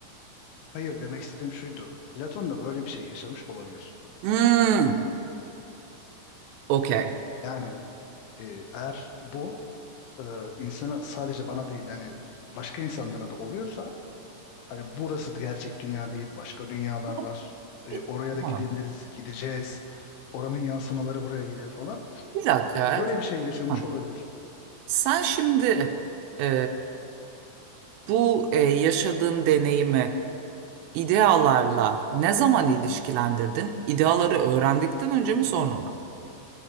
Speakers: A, on the left (about 75°); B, on the right (about 80°).
A: Hayır demek istediğim şuydu. Platon da böyle bir şey yaşamış olabilir.
B: Hmm, okey.
A: Yani e, eğer bu e, insana sadece bana değil yani başka insanlara da oluyorsa hani burası gerçek dünya değil başka dünyalar
B: Ama
A: var. E,
B: Bir,
A: oraya da
B: ha,
A: gidebiliriz, gideceğiz. Oranın yansımaları buraya geliyor falan.
B: bir dakika.
A: Böyle bir şey yaşamış
B: Ha,
A: olabilir.
B: Sen şimdi e, bu e, yaşadığın deneyimi İdealarla ne zaman ilişkilendirdin? İdeaları öğrendikten önce mi sonra mı?